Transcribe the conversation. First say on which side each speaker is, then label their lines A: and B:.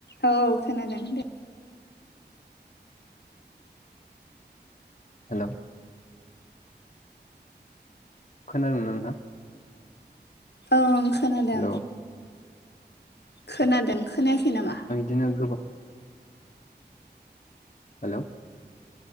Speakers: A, on the left; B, on the left.
A: औ औ खोनादों दे।
B: हेल' खोनादों ना नोंथां?
A: ओं खोनादों
B: हेलौ
A: खोनादों खोनायाखै नामा?
B: दिनो गोबां हेलौ